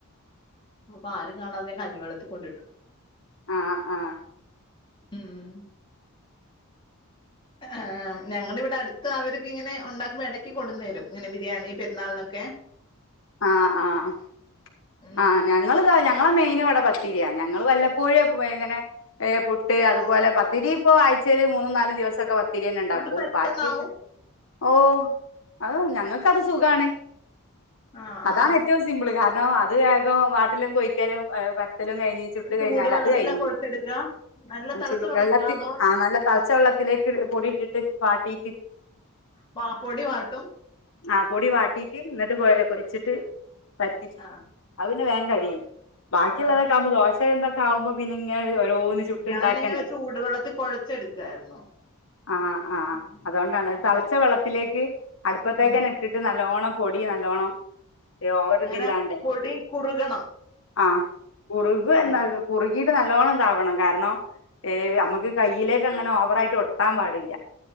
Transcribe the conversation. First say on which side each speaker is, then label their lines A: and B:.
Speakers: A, on the left (about 20°); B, on the left (about 60°).
A: അപ്പ ആരും കാണാതെ കഞ്ഞിവെള്ളത്തി കൊണ്ടിട്ടു
B: ആഹ് ആഹ് ആഹ്
A: ഉം. ഹാ ഞങ്ങടെ ഇവിടെടുത്ത് അവർക്കിങ്ങനെ ഒണ്ടാക്കുമ്പോ എടയ്ക്ക് കൊണ്ടുന്ന് തരും ഇങ്ങനെ ബിരിയാണി പെരുന്നാളി ക്കെ
B: ആഹ് ആഹ്
A: ഉം.
B: ആഹ് ഞങ്ങള് ഞങ്ങളെ മെയിന് ഇവിടെ പത്തിരിയാ ഞങ്ങള് വല്ലപ്പോഴേ ഇങ്ങനെ ഏഹ് പുട്ട് അതുപോലെ പത്തിരി ഇപ്പൊ ആഴ്ച്ചല് മൂന്നും നാല് ദിവസൊക്കെ പ ത്തിരിന്ന ഇണ്ടാക്കും
A: അത് പെട്ടെന്നാവും
B: ബാക്കിയക്കെ ഓ അത് ഞങ്ങക്കത് സുഖാണ്
A: ആ
B: അതാണ്
A: ആ
B: ഏറ്റവും സി സിമ്പിള് കാരണം അത് വേഗം വാട്ടിലും കൊയിക്കലും പ ത്തലും കഴിഞ്ഞ് ചുട്ട്
A: ചൂട്
B: കഴിഞ്ഞാലത്
A: വെള്ളത്തിലാ
B: കഴിഞ്ഞ്
A: കുഴച്ചെടുക്കുക നല്ല
B: ആ
A: തിളച്ച
B: ചുടു
A: വെള്ളത്തിലാ
B: വെള്ളത്തി
A: അതോ
B: ആഹ് നല്ല തെളച്ച വെള്ള ത്തിലേക്ക് പൊടിയൊക്കെട്ട് വാട്ടീട്ട്
A: പാ പൊടി വാട്ടും
B: ആഹ് പൊടി വാട്ടീട്ട് എന്നിട്ട് കൊഴ കൊയച്ചിട്ട് പരത്തിച്ചു
A: ആ
B: അത് പിന്നെ വേൻ കഴിയും
A: ആ,
B: ബാക്കിയുള്ളതൊക്കെ
A: ആ
B: ആവുമ്പോ ദോശന്തൊക്കെ ആവുമ്പോ പിന്നെ ഓരോന്ന് ചുട്ട്ണ്ടക്കണ്ടെ
A: ഞാനിങ്ങനെ ചൂടുവെള്ളത്തിൽ കുഴച്ചെടുക്കായിരുന്നു
B: ആഹ് ആഹ്
A: ഉം,
B: അതൊണ്ടാണ്
A: ഉം,
B: തെളച്ച വെള്ളത്തിലേക്ക് അടുപ്പത്തേക്കന്ന
A: ഉം.
B: ഇട്ടിട്ട് നല്ലോണം പൊടി നല്ലോണം ഓവർ
A: അങ്ങനെ
B: ദില്ലാണ്ടെ
A: പൊടി കുറുകണം
B: ആഹ് കുറുകുന്നാ
A: ആ
B: കുറുകിട്ട് നല്ലവോണം ഇതാവണം കാരണം ഏഹ്
A: ആഹ്
B: നമുക്ക് കയ്യിലേക്ക് അങ്ങനെ ഓവറായിട്ട് ഒട്ടാൻ പാടില്ല